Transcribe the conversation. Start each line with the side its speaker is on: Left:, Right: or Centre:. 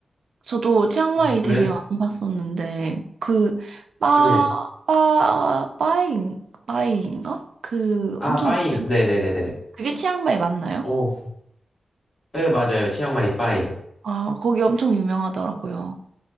Right: 저도 치앙마이
Left: 음, 그래서
Right: 되게 많이 봤었는데, 그, 빠,
Left: 네.
Right: 빠, 빠잉, 빠잉인가? 그
Left: 아,
Right: 엄청
Left: 빠이.
Right: 유명,
Left: 네네네네.
Right: 그게 치앙마이 맞나요?
Left: 오, 네, 맞아요. 치앙마이 빠이.
Right: 아, 거기 엄청 유명하더라고요.